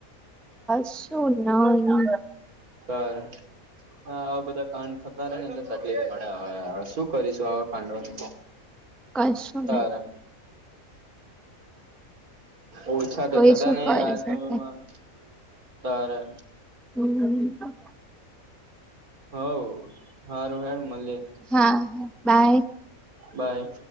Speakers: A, in the centre; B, on the right.
A: કશું નહી.
B: કર. હા આવા બધા કાંડ થતા રે! ને એમને તકલીફ પડે. હવે શું કરીશું આવા કાંડોનું?
A: <inaudible>
B: તારે.
A: નહી
B: ઓછા તો
A: કોઈ
B: થતા
A: શું
B: નહિ.
A: કરી
B: આ સમયમાં
A: શકે
B: તારે.
A: હમ.
B: હ હારું હેંડ મળીએ.
A: હા હા બાય.
B: બાય.